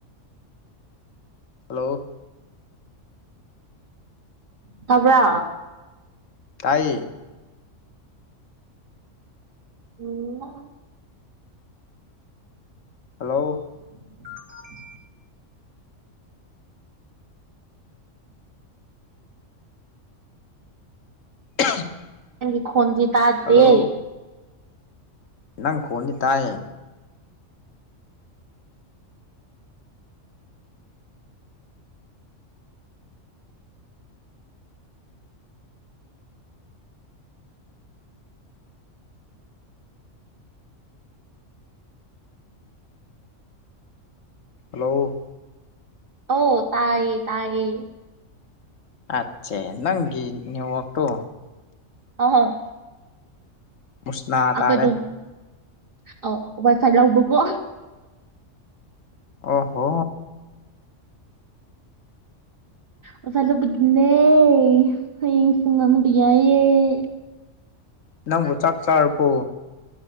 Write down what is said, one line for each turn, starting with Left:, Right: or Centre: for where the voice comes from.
Left: ꯍꯜꯂꯣ
Right: ꯇꯕ꯭ꯔ
Left: ꯇꯥꯏꯌꯦ
Right: ꯎꯝ
Left: ꯍꯜꯂꯣ
Right: <unintelligible>
Left: <unintelligible>
Right: ꯅꯪꯒꯤ ꯈꯣꯟꯗꯤ ꯇꯥꯗꯦ
Left: ꯍꯜꯂꯣ ꯅꯪ ꯈ‌ꯣꯟꯗꯤ ꯇꯥꯏꯌꯦ ꯍꯜꯂꯣ
Right: ꯑꯣ ꯇꯥꯥꯏꯌꯦ ꯇꯥꯏꯌꯦ
Left: ꯑꯆꯦ ꯅꯪꯒꯤ ꯅ‌ꯦꯋꯥꯛꯇꯣ
Right: ꯍ‌ꯣ ꯍ‌ꯣꯏ
Left: ꯃꯨꯁꯅꯥ
Right: ꯑꯩꯈꯣꯏꯗꯣ
Left: ꯇꯥꯔꯦ
Right: ꯑꯥꯎ ꯋꯥꯏꯐꯥꯏ ꯂꯧꯕꯀꯣ
Left: ꯑꯣ ꯍꯣ
Right: ꯑꯣꯖꯥ ꯂꯧꯕꯗꯨꯅ‌ꯦ ꯍꯥꯌ‌ꯦꯡ ꯄꯨꯡ ꯑꯃꯗ ꯌꯥꯏꯌ‍ꯦ
Left: ꯅꯪꯕꯨ ꯆꯥꯛ ꯆꯥꯔꯔꯕꯣ